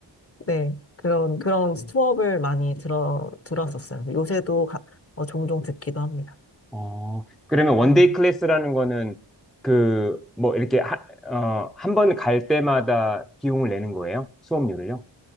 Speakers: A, on the left; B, in the centre.
A: 네. 그런, 그런 수업을 많이 들어, 들었었어요. 요새도 가- 어, 종종 듣기도 합니다.
B: 어, 그러면 원데이
A: 네.
B: 클래스라는 거는 그 뭐 이렇게 하, 어, 한 번 갈 때마다 비용을 내는 거예요? 수업료를요?